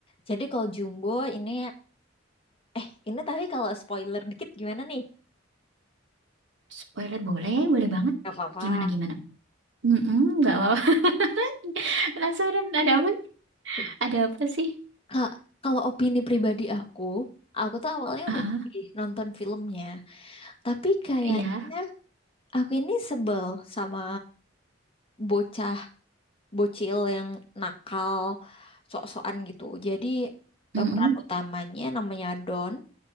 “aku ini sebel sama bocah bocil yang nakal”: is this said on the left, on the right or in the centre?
Left